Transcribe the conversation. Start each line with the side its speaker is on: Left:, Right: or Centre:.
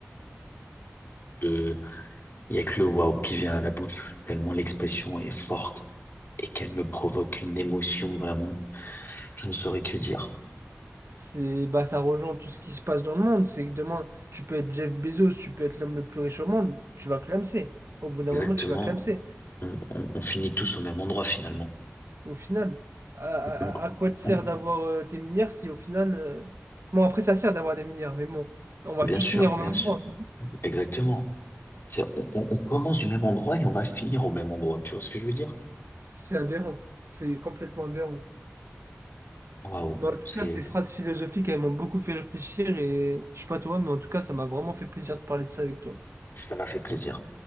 Left: Euh, Il y a que le waouh qui vient à la bouche, tellement l'expression est forte et qu'elle me provoque une émotion vraiment. Je ne saurais que dire.
Right: C'est, bah, ça rejoint tout ce qui se passe dans le monde. C'est que demain, tu peux être Jeff Bezos, tu peux être l'homme le plus riche au monde, tu vas clamser. Au bout d'un
Left: Exactement.
Right: moment, tu vas clamser.
Left: On, on- on finit tous au même endroit finalement.
Right: Mais au final, à,
Left: On-
Right: à- à quoi te sert
Left: on-
Right: d'avoir euh, tes milliards si au final. euh, Bon, après, ça sert d'avoir des milliards, mais bon, on va
Left: bien
Right: tous
Left: sûr,
Right: finir au
Left: bien
Right: même
Left: sûr.
Right: endroit.
Left: Exactement. C'est- On, on- on commence du même endroit et on va finir au même endroit. Tu vois ce que je veux dire?
Right: C'est aberrant. C'est complètement aberrant.
Left: Waouh,
Right: Mais en tout
Left: c'est,
Right: cas, ces phrases philosophiques, elles m'ont beaucoup fait réfléchir et je sais pas toi, mais en tout cas, ça m'a vraiment fait plaisir de parler de ça avec toi.
Left: ça m'a fait plaisir.